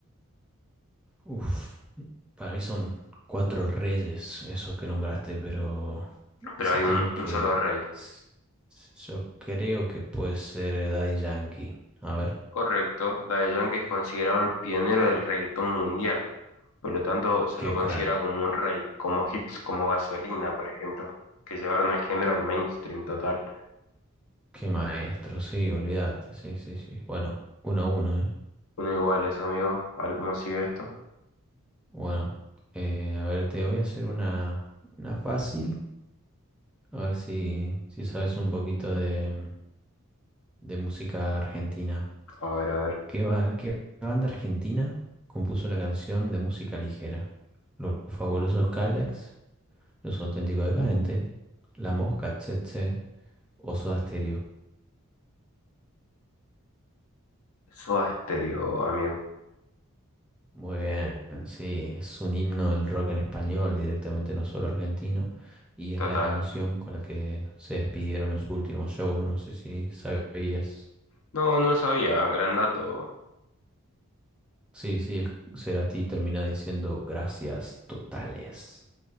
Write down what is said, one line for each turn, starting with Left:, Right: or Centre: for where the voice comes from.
Centre: Uf, para mí son cuatro reyes esos que nombraste, pero
Left: Pero
Centre: si
Left: hay
Centre: tengo
Left: un, un
Centre: que...
Left: solo rey.
Centre: s- Yo creo que puede ser eh, Daddy Yankee. A ver,
Left: Correcto, Daddy Yankee es considerado el pionero del reggaetón mundial. Por lo tanto, se
Centre: qué
Left: lo considera
Centre: crack,
Left: como un rey, como hits como Gasolina, por ejemplo, que llevaron al género al mainstream total.
Centre: qué maestro, sí, olvídate, sí, sí, sí. Bueno, uno a uno, ¿eh?
Left: Uno igual eso, amigo. A ver cómo sigue esto.
Centre: Bueno, eh, a ver, te voy a hacer una, una fácil, a ver si, si sabes un poquito de, de música argentina.
Left: A ver, a ver.
Centre: ¿Qué, ba- qué banda argentina compuso la canción de música ligera? Los fabulosos Cadillacs, Los auténticos decadentes, La Mosca, Tsetse, o Soda Stereo.
Left: Soda Stereo, amigo.
Centre: Muy bien, sí, es un himno del rock en español, directamente no solo argentino, y
Left: Total.
Centre: es la canción con la que se despidieron en su último show, no sé si sabías.
Left: No, no lo sabía. Gran dato.
Centre: Sí, sí, es- Cerati termina diciendo gracias totales.